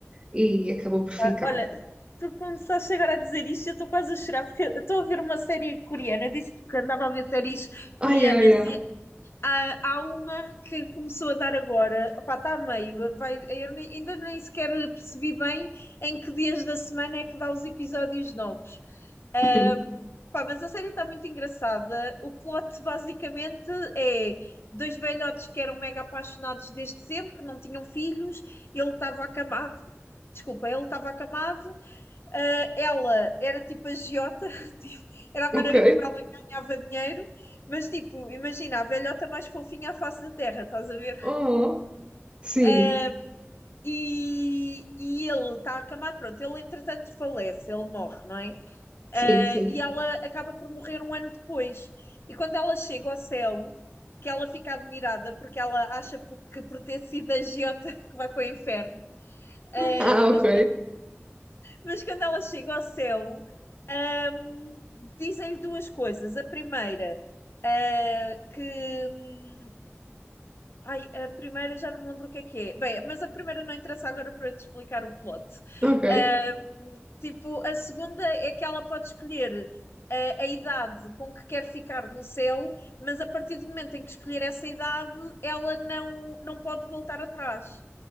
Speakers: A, on the right (about 25°); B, on the left (about 55°).
A: e acabou por ficar.
B: Ah, Olha, tu começaste agora a dizer isto, eu estou quase a chorar porque eu estou a ver uma série coreana. Eu Disse-te que andava a ver séries
A: Ai,
B: coreanas
A: ai, ai.
B: e há, há uma que começou a dar agora. Opá, está a meio. Vai, eu nem- ainda nem sequer percebi bem em que dias da semana é que dá os episódios novos. Ahm,
A: Hum,
B: opá, mas a série está muito engraçada. O plot basicamente é dois velhotes que eram mega apaixonados desde sempre, não tinham filhos, ele estava acamado. Desculpa, ele estava acamado Uh, ela era tipo agiota, <laughs> tipo, era a
A: ok.
B: maneira como ela ganhava dinheiro, mas tipo, imagina, a velhota mais fofinha à face da terra, estás a ver?
A: Oh, sim,
B: Uh, e, e ele está acamado, pronto, ele entretanto falece, ele morre, não é?
A: sim,
B: Uh,
A: sim.
B: e ela acaba por morrer um ano depois. E quando ela chega ao céu, que ela fica admirada porque ela acha por- que por ter sido agiota <laughs> que vai para o inferno. Uh,
A: Ah, ok,
B: mas Mas quando ela chega ao céu, ahm, dizem-lhe duas coisas. A primeira, ah, que. hum, Ai, a primeira já não me lembro o que é que é. Bem, mas a primeira não interessa agora para eu te explicar o plot.
A: ok,
B: Ah, hum, tipo, a segunda é que ela pode escolher. ah, A idade com que quer ficar no céu, mas a partir do momento em que escolher essa idade, ela não, não pode voltar atrás.